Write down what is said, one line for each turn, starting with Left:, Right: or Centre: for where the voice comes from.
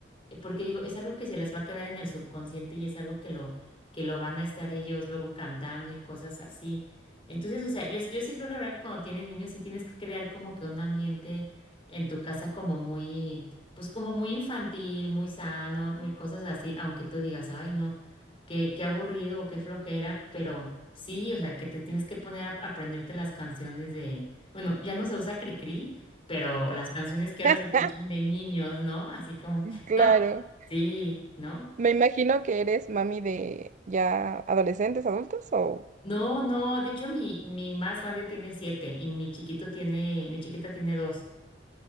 Left: eh, porque digo, es algo que se les va a quedar en el subconsciente y es algo que lo, que lo van a estar ellos luego cantando y cosas así. Entonces, o sea, yo, yo sí creo la verdad que cuando tienes niños sí tienes que crear como que un ambiente en tu casa como muy, pues como muy infantil, muy sano, muy cosas así, aunque tú digas, ay no, qué, qué aburrido o qué flojera, pero sí, o sea, que te tienes que poner a aprenderte las canciones de, bueno, ya no se usa Cricri, pero las canciones que ahora
Right: <laughs>
Left: se escuchan de niños, ¿no? Así como...
Right: Claro.
Left: <laughs> No, Sí, ¿no?
Right: Me imagino que eres mami de ya adolescentes, adultos o...
Left: No, no, de hecho mi, mi más grande tiene siete y mi chiquito tiene, mi chiquita tiene dos.